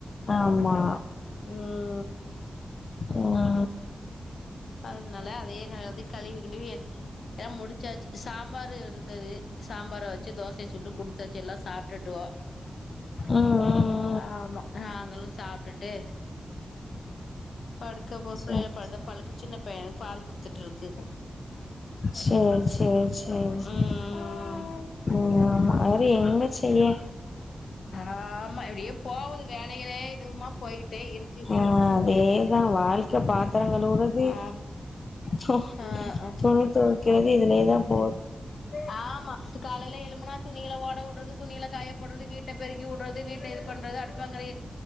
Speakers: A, on the left; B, on the left.
A: ஆமா
B: ம்
A: ஆமா
B: அதனால அதையே நா வந்து கழிவி கிழுவி எல்லா முடிச் சாச்சு சாம்பாரு இருந்தது சாம்பார வெச்சு தோசைய சு ட்டு குடுத்தாச்சு எல்லா சாப்ட்டுட்ருக்கோ
A: ஆ ஆ
B: ஆமா நாங்களு சாப்ட்டுட்டு படுக்க இப்ப
A: சே
B: பிள்ளைகள படு பழுக்கு சின்ன பைய பால் குடுத்துட்ருக்கு
A: சேரி சேரி சே ம் சேரி
B: ம்
A: ஆமா அதோட எங்க செய்ய
B: ஆமா இப்டியே போவுது வேலையிலே இதுமா போய்க்கிட்டே இருக்கு
A: ஆ அதேதா வாழ்க்க பாத்தரங்கழுவுறது
B: ஆ
A: சொ
B: ஆ ஆ
A: துணி தொவைக்கிறது இதுலே தா போது
B: ஆமா இது காலைல எழும்புனா துணிகள ஓட வுட்றது துணிகள காயப்போட்றது வீட்ட பெருக்கி வுட்றது வீட்ட இது பண்றது அடுப்பாங்கறைய